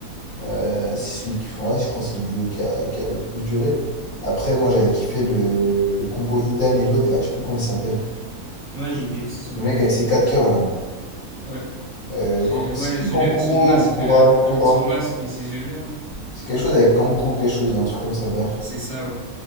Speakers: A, on the left; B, on the left.
A: Euh, c'est celui qui font ouais je crois que c'est le duo qui a, qui a le plus duré. Après, moi j'avais kiffé le, le combo Idan et l'autre là, je sais plus comment il s'appelle.
B: Ouais, j'ai oublié aussi son
A: Le
B: nom.
A: mec avec ses quatre cœurs là.
B: Ouais,
A: Euh,
B: J'ai
A: Kan-
B: ouais,
A: c'est plus
B: celui
A: Kankuro
B: avec son masque
A: ou Kuram,
B: euh, avec
A: Kuram.
B: son masque et ses yeux verts là.
A: C'est quelque chose avec Kanku, quelque chose, un truc comme ça, bref.
B: C'est ça ouais.